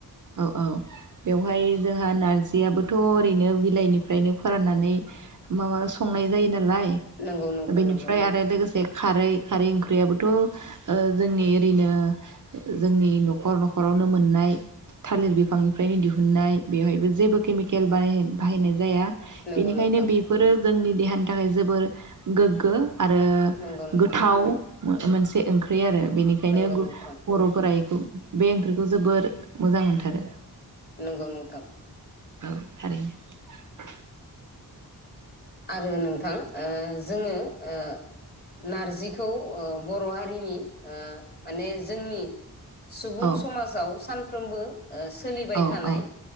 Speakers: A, on the right (about 50°); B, on the left (about 25°).
A: औ औ बेवहाय, जोंहा नारजियाबोथ' ओरैनो बिलाइनिफ्रायनो फोराननानै माबा संनाय जायो नालाय,
B: नंगौ नोंथां
A: बेनिफ्राय
B: नंगौ
A: आरो लोगोसे खारै खारै ओंख्रियाबोथ' ओ जोंनि ओरैनो जोंनि न'खर न'खरावनो मोननाय थालिर बिफांनिफ्रायनो दिहुनन्नाय, बेवहायबो जेबो केमिकेल बानाय बाहायनाय जाया,
B: नंगौ
A: बेनिखायनो
B: नोंथां
A: बेफोरो, जोंनि देहानि थाखाय जोबोर गोग्गो, आरो
B: नंगौ नोंथां
A: गोथाव, मोनसे ओंख्रि आरो बेनिखायनो
B: नंगौ
A: गु
B: नोंथां
A: बर' बोराइ बे ओंख्रिखौ जोबोर मोजां मोनथारो
B: नंगौ नोंथां
A: औ थारैनो,
B: आरो नोंथां ओ जोङो ओ नारजिखौ ओ बर'हारिनि माने ओ जोंनि सुबुं
A: औ
B: समाजाव सान फ्रोमबो ओ सोलिबाय
A: औ
B: थानाय
A: औ